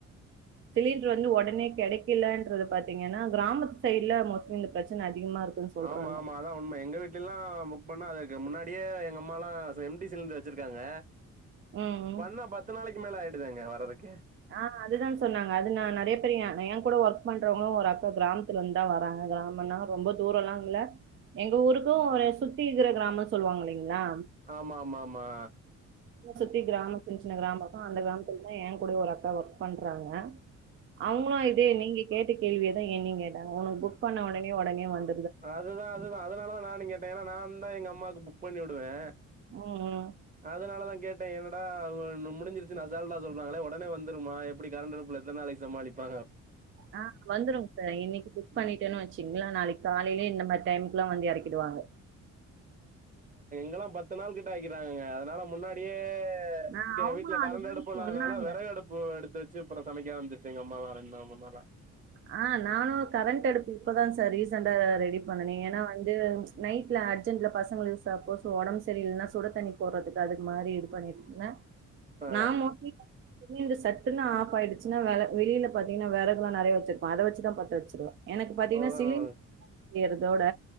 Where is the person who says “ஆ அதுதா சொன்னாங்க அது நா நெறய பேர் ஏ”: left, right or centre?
Right